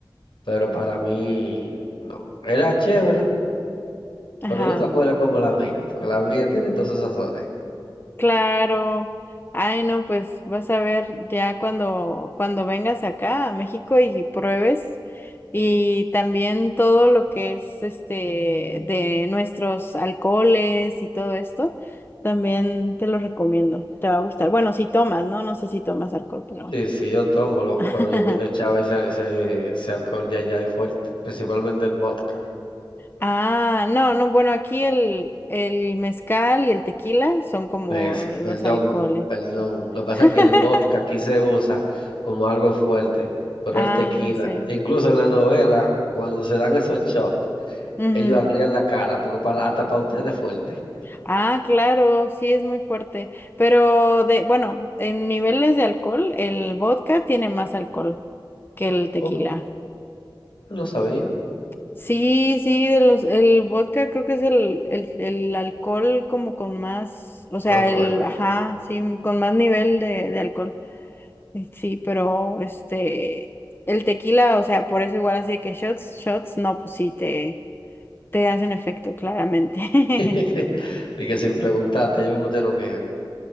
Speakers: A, on the left; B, on the left.
A: pero para mí no. Era chévere,
B: Ajá.
A: pero no tan buena como la mía, porque la mía tiene todos esos sazones.
B: Claro. Ay, no, pues vas a ver ya cuando, cuando vengas acá a México y pruebes. Y también todo lo que es este de nuestros alcoholes y todo esto, también te lo recomiendo. Te va a gustar. Bueno, si tomas, ¿no? No sé si tomas alcohol, pero.
A: Sí, sí, yo tomo, lo-
B: <laughs>
A: pero yo co- echaba ese, ese, ese alcohol de allá y fuerte, principalmente el vodka.
B: Ah, no, no, bueno, aquí el, el mezcal y el tequila son como
A: Es-
B: los
A: perdón,
B: alcoholes.
A: perdón. Lo que pasa
B: <laughs>
A: es que el vodka aquí se usa como algo fuerte, pero
B: Ah,
A: el tequila,
B: sí.
A: e incluso en la novela, cuando se dan esos shots,
B: Ujú.
A: ellos agrían la cara, porque para, hasta para ustedes es fuerte.
B: Ah, claro, sí es muy fuerte. Pero de, bueno, en niveles de alcohol, el vodka tiene más alcohol que el tequila.
A: Ok, pues no sabía,
B: Sí, sí, de los, el vodka creo que es el, el, el alcohol como con más, o sea,
A: más fuerte.
B: el, ajá, sí, con más nivel de, de alcohol. Eh, Sí, pero este, el tequila, o sea, por eso igual así de que shots, shots, no, pues sí, te, te hacen efecto, claramente.
A: <laughs>
B: <laughs>
A: Y que sin preguntarte, ellos mismos te noquean.